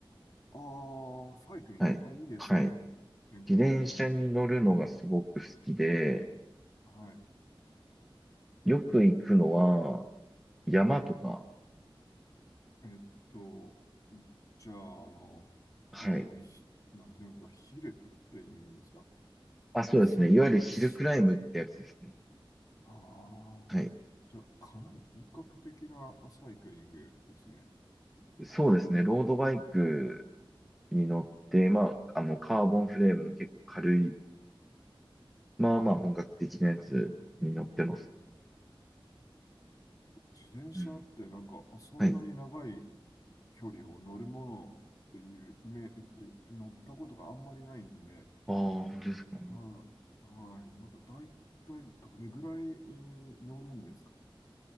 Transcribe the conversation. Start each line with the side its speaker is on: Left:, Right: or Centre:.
Left: ああー、サイクリング。
Centre: はい。
Left: あ、いいですね。
Centre: はい。
Left: 健康的で。
Centre: 自転車に乗るのがすごく好きで、
Left: はい。
Centre: よく行くのは、山とか、
Left: えっと、じゃあ、あの、
Centre: はい。
Left: あの、ひなんていうんですか、ヒルっていうんですか。
Centre: あ、そうですね。
Left: さ、
Centre: いわゆるヒルクライムってやつですね。
Left: すああ、
Centre: はい。
Left: じゃあ、かなり本格的なサイクリングですね。
Centre: そうですね。ロードバイクに乗って、まあ、あの、カーボンフレームの結構軽い、まあまあ本格的なやつに乗ってます。
Left: はい。自転車ってなんか、
Centre: うん。
Left: そんなに長い
Centre: はい。
Left: 距離を乗るものっていう、め、って乗ったことがあんまりないんで、
Centre: ああ、本当ですか。
Left: はい、はい、なんか大体どれぐらい、えー乗るんですか